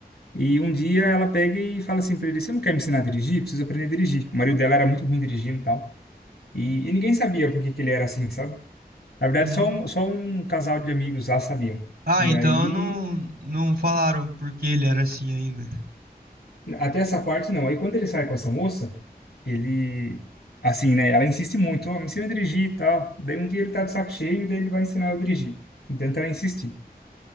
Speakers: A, on the left (about 80°); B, on the right (about 80°).
A: E um dia ela pega e fala assim pra ele: Você não quer me ensinar a dirigir? Preciso aprender a dirigir. O marido dela era muito ruim dirigindo e tal. E, e ninguém sabia por que que ele era assim, sabe? Na verdade,
B: Uhum.
A: só um, só um casal de amigos lá sabiam.
B: Ah,
A: E
B: então
A: aí,
B: não, não falaram porque ele era assim ainda.
A: até essa parte não. Aí quando ele sai com essa moça, ele. Assim, né? Ela insiste muito: "Ô, me ensina a dirigir e tal. Daí um dia ele tá de saco cheio e daí ele vai ensinar eu a dirigir. Então ela insistir.